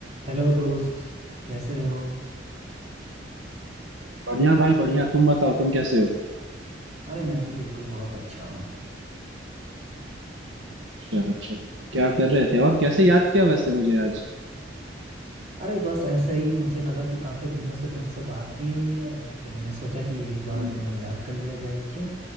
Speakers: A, on the right; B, on the right.
A: Hello दोस्त कैसे हो
B: बढ़िया भाई बढ़िया तुम बताओ तुम कैसे हो
A: अरे मैं भी बिल्कुल बहुत अच्छा हूँ
B: अच्छा अच्छा क्या कर रहे थे और कैसे याद किया वैसे मुझे आज
A: अरे बस ऐसे ही मुझे लगा कि काफ़ी दिनों से तुमसे बात नहीं हुई है तो मैंने सोचा कि एक बार
B: हम्म,
A: तुम्हें याद कर लिया जाए क्यों